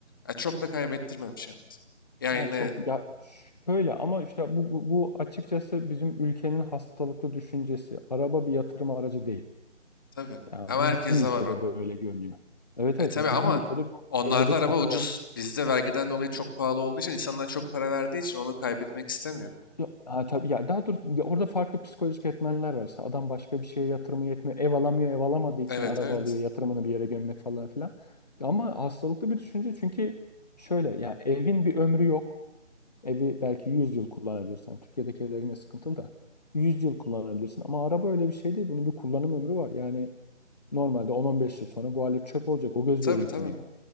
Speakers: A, on the left; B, on the left.
A: Ya çok da kaybettirmemiş evet. Yani
B: Yani
A: ne
B: çok ya şöyle ama işte bu, bu, bu açıkçası bizim ülkenin hastalıklı düşüncesi. Araba bir yatırım aracı değil.
A: Tabii.
B: Yani
A: Ama
B: bu
A: herkeste
B: bizim ülkede
A: var o.
B: böyle görünüyor. Evet
A: E
B: evet
A: tabii
B: yani
A: ama
B: bizim ülkede bu-
A: onlarda
B: böyle bir
A: araba
B: kafa
A: ucuz.
B: var.
A: Bizde vergiden dolayı çok pahalı olduğu için insanlar çok para verdiği için onu kaybetmek istemiyor.
B: Ya, ha, tabii ya daha doğrusu ya orada farklı psikolojik etmenler var işte adam başka bir şeye yatırımı yetmiyor ev alamıyor ev alamadığı için
A: Evet
B: araba
A: evet.
B: alıyor yatırımını bir yere gömmek falan filan Ya ama hastalıklı bir düşünce çünkü şöyle ya evin bir ömrü yok evi belki 100 yıl kullanabilirsin Yani Türkiye'deki evler yine sıkıntılı da 100 yıl kullanabilirsin ama araba öyle bir şey değil bunun bir kullanım ömrü var yani normalde 10-15 yıl sonra bu alet çöp olacak o gözle
A: Tabii
B: üretiliyor
A: tabii.